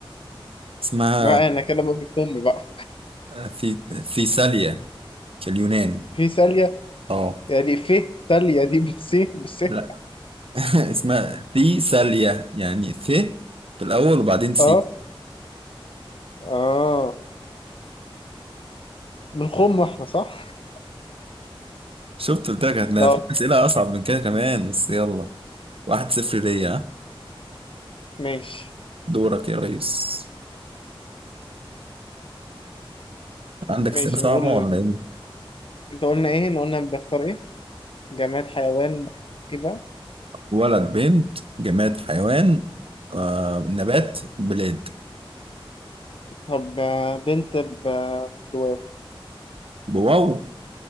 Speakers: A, on the right (about 70°); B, on the left (about 65°).
A: اسمها
B: ما انا كده بقول امي بقى
A: في في ساليا في اليونان
B: في ساليه
A: اه
B: يعني في ساليه دي بالسين بالسين
A: لا <laughs> اسمها في ساليا يعني ث في الأول وبعدين سي
B: اه اه من خم واحنا صح
A: شفت قلت لك هتلاقي
B: طب
A: في أسئلة أصعب من كده كمان بس يلا واحد صفر ليا ها؟
B: ماشي
A: دورك يا ريس عندك أسئلة
B: ماشي
A: صعبة
B: نقول
A: ولا إيه؟
B: انت قلنا ايه إن قلنا بنختار ايه جماد حيوان ايه بقى
A: ولد بنت جماد حيوان آه نبات بلاد
B: طب آه، بنت ب- بالواو
A: بواو